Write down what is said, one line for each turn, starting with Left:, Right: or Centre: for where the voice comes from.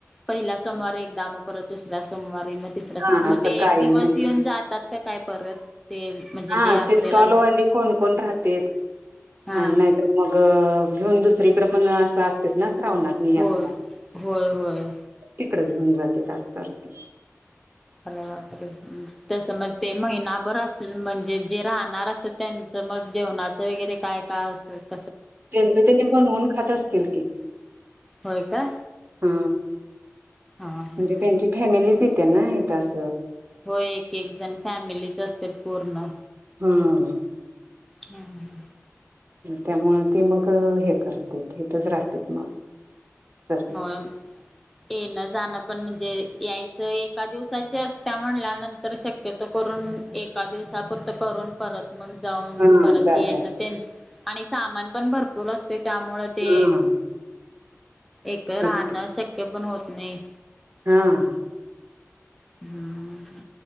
Centre: पहिला सोमवारीच एकदा मग करत दुसऱ्या सोमवार सोमवारी ना तिसऱ्या
Right: हा
Centre: सोम मग
Right: असं
Centre: ते
Right: कायमच.
Centre: एक दिवस येऊन जातात का काय परत...? ते म्हणजे
Right: हा
Centre: जे यात्रेला
Right: ते स्टॉलवाली
Centre: लोक
Right: कोण कोण राहते.
Centre: हा
Right: ह नाहीतर मग घेऊन दुसरीकडे पण असं असतेत ना.. श्रावणतली यात्रा....
Centre: होय होय होय
Right: तिकड घेऊन जातात अस करतात..
Centre: अ बार तस मग ते महिनाभर असल म्हणजे जे राहणार असत त्यांच? तर मग जेवणाचं वगैरे काय काय असत?
Right: त्यांच त्यांनी बनवून खात असतील की.
Centre: होय का
Right: हा.....
Centre: हा ह
Right: म्हणजे त्यांची फॅमिली त्यांना येत अस
Centre: हो एक एक जण फॅमिलीच असतेत पूर्ण.
Right: हा
Centre: हं हं
Right: त्यामुळे मग हे करते ईथच राहतेत मग तर
Centre: होय... तेनर जाण पण म्हणजे यायचं, एका दिवसाची असत्या म्हणल्या नंतर शक्यतो करून एक एका दिवसापुरतं करून परत. मग जाऊन
Right: हा
Centre: परत
Right: जातात
Centre: येन ते.... आणि सामान पण भरपूर असते.. त्यामुळ ते
Right: हा
Centre: एक राहणं
Right: तेच की
Centre: शक्य पण होत नाही.
Right: हा.
Centre: हम्म